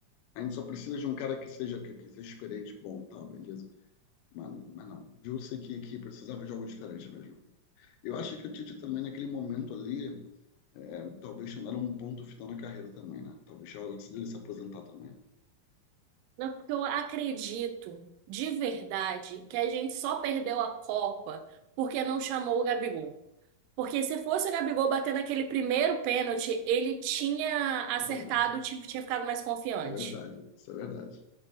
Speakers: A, on the left; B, on the right.
A: A gente só precisa de um cara que seja que, que seja experiente, bom, tal, beleza. Mas, mas não, viu-se que, que precisava de algo diferente mesmo. Eu acho que o Tite também, naquele momento ali, é, talvez não um ponto final na carreira também, né? Talvez já era hora dele se aposentar também. né?
B: Não, porque eu acredito de verdade que a gente só perdeu a Copa porque não chamou o Gabigol. Porque se fosse o Gabigol batendo aquele primeiro pênalti, ele tinha acertado,
A: É Verdade,
B: tinha, tinha ficado mais confiante.
A: é verdade, isso é verdade.